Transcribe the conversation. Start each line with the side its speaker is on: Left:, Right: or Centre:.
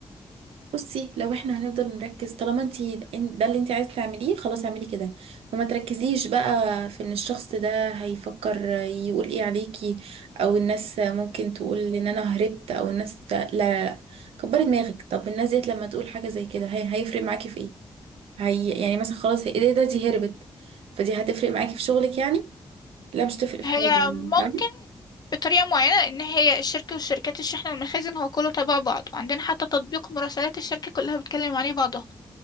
Right: بصي لو احنا هنفضل نركز طالما انتي ده اللي انتي عايزة تعمليه خلاص اعملي كده وما تركزيش بقى في ان الشخص ده هيفكر يقول ايه عليكي او الناس ممكن تقول ان انا هربت او الناس لا لا لا كبري دماغك طب الناس ديت لما تقول حاجة زي كده هي هيفرق معاكي في ايه هي يعني مثلا خلاص ايه ده دي هربت فدي هتفرق معاكي في شغلك يعني لا مش تفرق في
Left: هي
Right: حاجة يعني
Left: ممكن
Right: فاهمة؟
Left: بطريقة معينة لأن هي الشركة والشركات الشحن والمخازن هو كله تبع بعض وعندنا حتى تطبيق مراسلات الشركة كلها بتكلم عليه بعضها